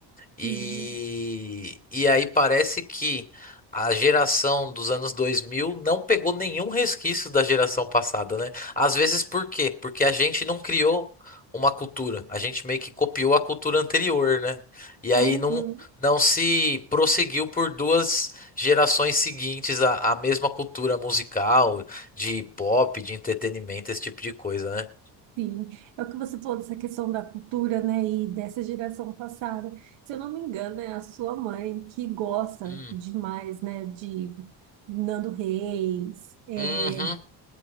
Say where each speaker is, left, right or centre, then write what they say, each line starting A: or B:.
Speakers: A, on the left (about 15°); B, on the right (about 70°).
A: E,
B: sim.
A: e aí parece que a geração dos anos 2000 não pegou nenhum resquício da geração passada, né? Às vezes por quê? Porque a gente não criou uma cultura, a gente meio que copiou a cultura anterior, né? E aí
B: Uhum.
A: não, não se prosseguiu por duas gerações seguintes a, a mesma cultura musical, de pop, de entretenimento, esse tipo de coisa, né?
B: Sim, é o que você falou dessa questão da cultura, né, e dessa geração passada. Se eu não me engano, é a sua mãe que gosta
A: Hum.
B: demais, né, de Nando Reis, é,
A: Uhum.